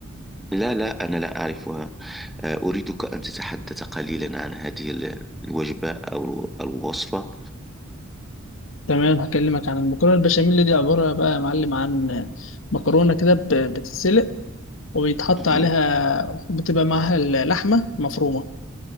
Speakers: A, in the centre; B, on the left.
A: لا لا أنا لا أعرفها آه، أريدك أن تتحدث قليلا عن هذه ال- الوجبة أو الو- الوصفة
B: تمام هكلمك عن المكرونة البشاميل دي عبارة بقى يا معلم عن مكرونة كده ب- بتتسلق وبيتحط
A: مم.
B: عليها بتبقى معاها اللحمة مفرومة